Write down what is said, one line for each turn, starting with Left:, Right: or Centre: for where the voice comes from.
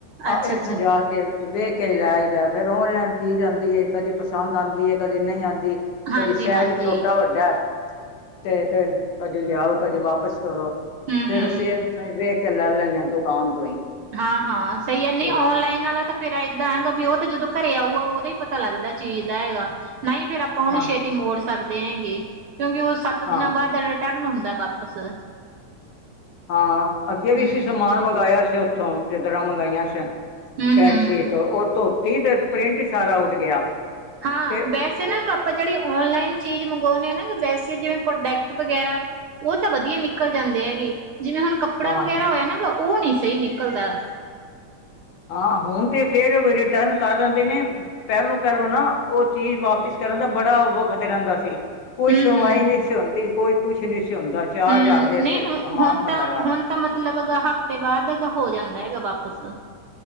Left: ਆ
Right: ਅੱਛਾ
Left: ਇੱਥੋਂ
Right: ਅੱਛਾ
Left: ਜਾ ਕੇ। ਵੇਖ ਕੇ ਹੀ ਲੈ ਆਈਦਾ ਫਿਰ ਔਨਲਾਈਨ ਚੀਜ਼ ਆਂਦੀ ਏ ਕਦੀ ਪਸੰਦ ਆਂਦੀਏ ਕਦੀ ਨਹੀਂ ਆਂਦੀ।
Right: ਹਾਂਜੀ-ਹਾਂਜੀ।
Left: ਛੋਟਾ- ਵੱਡਾ ਤੇ ਫਿਰ ਕਦੇ ਲਿਆਓ ਕਦੇ ਵਾਪਿਸ ਕਰੋ।
Right: ਹੂੰ
Left: ਫਿਰ
Right: ਹੂੰ
Left: ਅਸੀਂ ਐਥੋਂ ਈ ਵੇਖ ਕੇ ਲੈ - ਲੈੇਨੇ ਆ ਦੁਕਾਨ ਤੋਂ ਹੀ।
Right: ਹਾਂ -ਹਾਂ ਸਹੀ ਐ ਨਹੀਂ
Left: ਤੇ
Right: ਔਨਲਾਈਨ ਆਲਾ ਤਾਂ ਫਿਰ ਐਂਦਾ ਗਾ ਵੀ ਉਹ ਤਾਂ ਜਦੋਂ ਘਰੇ ਆਊਗਾ, ਉਹਦੋ ਹੀ ਪਤਾ ਲੱਗਦਾ ਚੀਜ਼ ਦਾ ਹੈਗਾ। ਨਹੀਂ ਫਿਰ ਆਪਾਂ ਉਹਨੂੰ
Left: ਹਾਂ
Right: ਛੇਤੀ ਮੋੜ ਸਕਦੇ ਹੈਗੇ। ਕਿਉਕਿ ਉਹ ਸੱਤ
Left: ਹਾਂ
Right: ਦਿਨਾਂ ਬਾਅਦ ਟਰਨ ਹੁੰਦਾ ਵਾਪਿਸ।
Left: ਹਾਂ, ਅੱਗੇ
Right: ਹੂੰ
Left: ਵੀ ਅਸੀਂ ਸਮਾਨ ਮੰਗਾਇਆ ਸੀ ਉੱਥੋਂ ਜਿੱਦਰਾਂ ਮੰਗਾਈਆਂ ਸੀ।
Right: ਹੂੰ
Left: ਬੈਡਸ਼ੀਟ
Right: ਹੂੰ
Left: ਉਹ ਧੋਤੀ ਤੇ ਪ੍ਰਿੰਟ ਹੀ ਸਾਰਾ ਉੱਡ ਗਿਆ।
Right: ਹਾਂ
Left: ਤੇ ਉਹ-
Right: ਬੈਸੇ ਨਾ ਆਪਾਂ ਜਿਹੜੀ ਔਨਲਾਈਨ ਚੀਜ਼ ਮੰਗਾਉਣੇ ਆ ਨਾ ਵੈਸੇ ਜਿਵੇਂ ਪ੍ਰੋਡਕਟ ਵਗੈਰਾ। ਉਹ ਤਾਂ ਵਧੀਆ ਨਿਕਲ ਜਾਂਦੇ ਹੈਗੇ। ਜਿਵੇਂ ਹੁਣ ਕੱਪੜਾ
Left: ਹਾਂ
Right: ਵਗੈਰਾ ਹੋਇਆ ਨਾ ਉਹ ਨਹੀ ਸਹੀ ਨਿਕਲਦਾ।
Left: ਹਾਂ, ਹੁਣ ਤਾਂ ਫਿਰ ਰਿਟਰਨ ਲੈਂਦੇ ਨੇ। ਪਹਿਲੋਂ ਪਹਿਲੋਂ ਨਾ ਉਹ ਚੀਜ਼ ਵਾਪਿਸ ਕਰਨ ਦਾ ਬੜਾ ਵਖ਼ਤ ਰਹਿੰਦਾ ਸੀ। ਕੋਈ
Right: ਹੂੰ
Left: ਸੁਣਵਾਈ
Right: ਹੂੰ
Left: ਨਹੀਂ ਸੀ ਹੁੰਦੀ, ਕੋਈ ਕੁਛ ਨਹੀਂ ਸੀ ਹੁੰਦਾ, ਚਾਰ
Right: ਹੂੰ
Left: ਹਜ਼ਾਰ ਦੇ ਅਸੀ
Right: ਨਹੀਂ ਹੁਣ
Left: ਸਮਾਨ
Right: ਹੁਣ
Left: ਮੰਗਵਾਇਆ।
Right: ਤਾਂ ਹੁਣ ਮਤਲਬ ਹਫ਼ਤੇ ਬਾਅਦ ਹੋ ਜਾਂਦਾ ਗਾ ਵਾਪਿਸ।